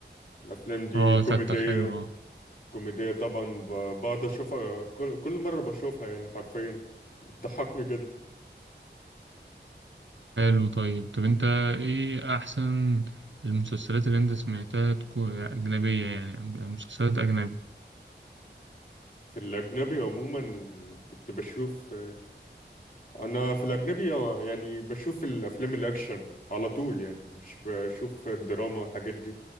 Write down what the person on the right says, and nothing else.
آه
ستة حلو آه
حلو طيب طب أنت إيه أحسن المسلسلات اللي أنت سمعتها تكون أجنبية يعني مسلسلات أجنبي